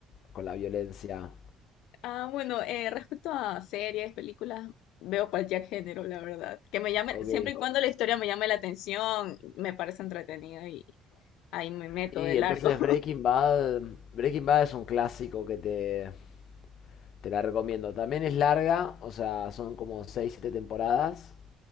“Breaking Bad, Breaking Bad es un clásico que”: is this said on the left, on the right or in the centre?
Left